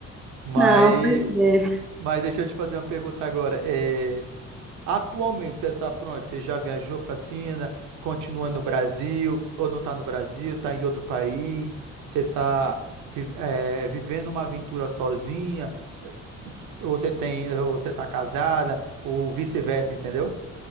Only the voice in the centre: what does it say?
Não, pois é.